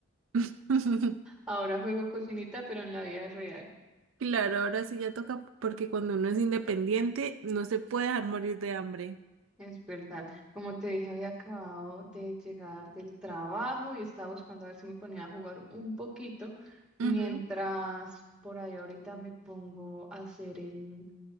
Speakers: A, on the right; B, in the centre.
A: <laughs>
B: Ahora juego cocinita, pero en la vida real.
A: Claro, ahora sí ya toca porque cuando uno es independiente no se puede dejar morir de hambre.
B: Es verdad. Como te dije, había acabado de llegar del trabajo y estaba buscando a ver si me ponía a jugar un poquito, mientras
A: Ujú.
B: por ahí ahorita me pongo a hacer el,